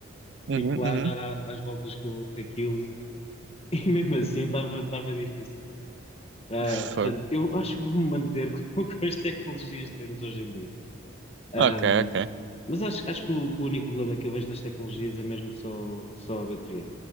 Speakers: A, on the right (about 60°); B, on the left (about 30°).
A: Uhum,
B: Tive que lá
A: uhum.
B: andar à- às voltas com, com aquilo <laughs> e mesmo assim estava estava difícil. Ah,
A: Fogo.
B: portanto, eu acho que vou-me manter <laughs> com, com as tecnologias que temos hoje em dia. Ahm,
A: Ok, ok.
B: mas acho, acho que o, que o único problema que eu vejo nas tecnologias é mesmo só, só a bateria.